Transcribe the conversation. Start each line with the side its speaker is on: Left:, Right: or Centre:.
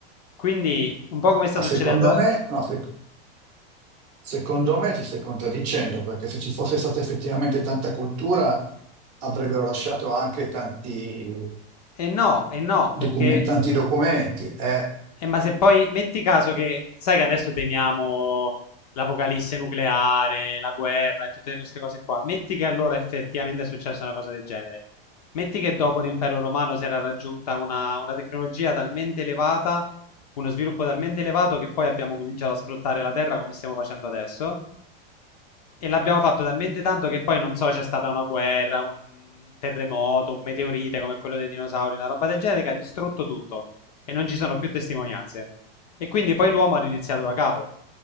Left: Quindi un po' come sta
Right: Ma
Left: succedendo...
Right: secondo
Left: eh,
Right: me, no, se- Secondo me ti stai contraddicendo, perché se ci fosse stata effettivamente tanta cultura, avrebbero lasciato anche tanti,
Left: E no, e no,
Right: docume-
Left: perché
Right: tanti documenti. eh.
Left: Eh, ma se poi metti caso che, sai che adesso temiamo l'apocalisse nucleare, la guerra e tutte queste cose qua, metti che allora effettivamente è successa una cosa del genere. Metti che dopo l'impero romano si era raggiunta una, una tecnologia talmente elevata, uno sviluppo talmente elevato che poi abbiamo cominciato a sfruttare la terra come stiamo facendo adesso. E l'abbiamo fatto talmente tanto che poi non so, c'è stata una guerra, un terremoto, un meteorite come quello dei dinosauri, una roba del genere che ha distrutto tutto e non ci sono più testimonianze. E quindi poi l'uomo ha riniziato da capo.